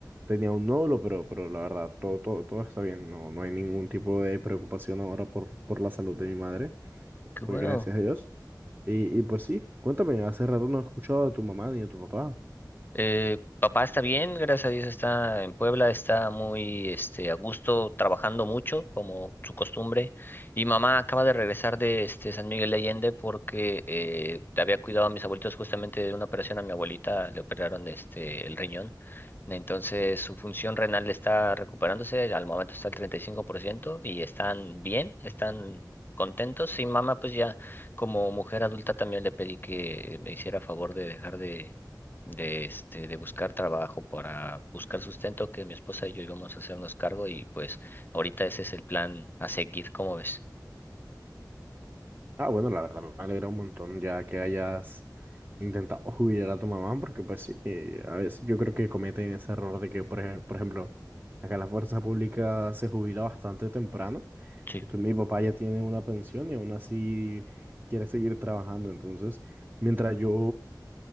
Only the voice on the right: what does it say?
tenía un nódulo, pero, pero la verdad, todo, todo, todo está bien, no, no hay ningún tipo de preocupación ahora por, por la salud de mi madre,
pues
gracias a Dios. Y, y pues sí, cuéntame, hace rato no he escuchado de tu mamá ni de tu papá.
Ah, bueno, la verdad me alegra un montón ya que hayas intentado <laughs> jubilar a tu mamá, porque pues sí, eh, a veces yo creo que cometen ese error de que, por, ej- por ejemplo, acá la fuerza pública se jubila bastante temprano.
Entonces mi papá ya tiene una pensión y aún así quiere seguir trabajando. Entonces, mientras yo